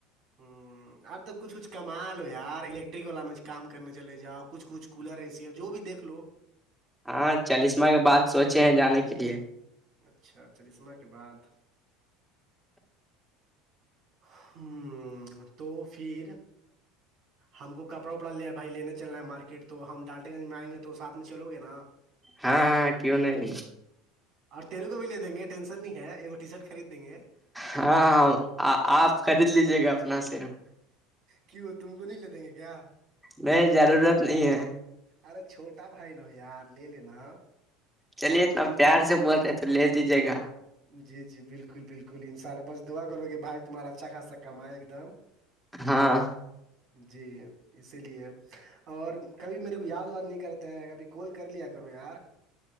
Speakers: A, on the right; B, in the centre.
A: ہوں اب تو کچھ کچھ کما لو یار الیکٹرک والا میں کام کرنے چلے جاؤ کچھ کچھ کولر ایے سی جو بھی دیکھ لو
B: ہاں چالیسما کے بات سوچے ہیں جانے کے لیے
A: اچھا چرسمہ کے بعد
B: <inaudible>
A: ہوں تو پھر
B: <inaudible>
A: ہم کو کپڑا وپڑا لیا بھائی لینے چلنا ہے مارکیٹ تو ہم ڈالٹے گنج میں آئیں گے تو ساتھ میں چلو گے نا
B: ہاں کیوں نہیں
A: اور تیرو کو بھی لے دے گے ٹینشن نہیں ہے ایک ٹی شرٹ خرید دیں گے
B: ہاںں آپ خرید لیجے گا اپنا سرف
A: کیوں تم کو نہیں لے دیں گے کیا
B: نہیں ضرورت نہیں ہے
A: ارے چھوٹا بھائی نہ ہو یار لے لینا
B: چلیے اتنا پیار سے بول رہے تو لے دیجیے گا
A: جی جی بالکل بالکل انشاء اللہ بس دعا کروے بھائی تمہارا اچھا خاصا کمائے ایک دم
B: ہاں
A: جی اسی لیے اور کبھی میرے کو یاد واد نہیں کرتے ہیں کبھی کال کر لیا کرو یار